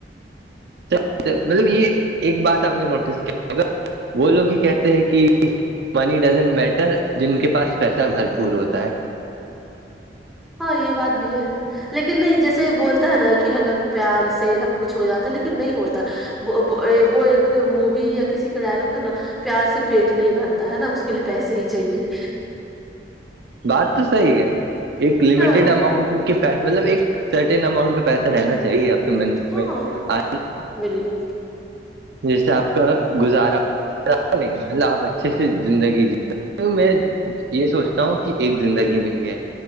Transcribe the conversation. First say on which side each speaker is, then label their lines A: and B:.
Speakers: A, on the right; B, in the centre.
A: ہے مطلب یہ ایک بات آپ نے نوٹس کیا ہوگا وہ لوگ ہی کہتے ہیں کہ منی ڈزنٹ میٹر جن کے پاس پیسہ بھرپور ہوتا ہے
B: ہاں یہ بات بھی ہے لیکن نہیں جیسے بولتا ہے نا کہ ہے نا پیار سے سب کچھ ہو جاتا لیکن نہیں ہوتا وہ ایک مووی یا کسی ڈیلاغ ہے نا پیار سے پیٹ نہیں بھرتا ہے نا اس کے لیے پیسے ہی چاہیے
A: بات تو صحیح ہے ایک لمیٹیڈ
B: ہاں
A: اماؤنٹ ان کے مطلب ایک سرٹن اماؤنٹ کا پیسہ رہنا چاہیے آپ منت <inaudible>
B: ہاں
A: پ میں آ
B: بالکل
A: جیسے آپ کا گزارا نہیںلہ آپ اچھے سے زندگی جی میں یہ سوچھ کہ ایک زندگی ملی ہے